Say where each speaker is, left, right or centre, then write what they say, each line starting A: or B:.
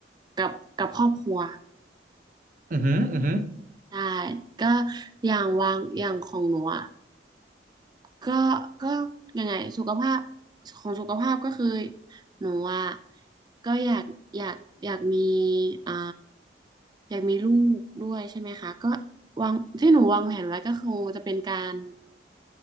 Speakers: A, on the right (about 25°); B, on the right (about 45°).
A: กับกับครอบครัว
B: อือหืออือหือ
A: ได้ก็อย่างวางอย่างของหนูอ่ะก็ก็ยังไงสุขภาพของสุขภาพก็คือหนูอ่ะก็อยากอยากอยากมีอ่าอยากมีลูกด้วยใช่ไหมคะก็วางที่หนูวางแผนไว้ก็คงจะเป็นการ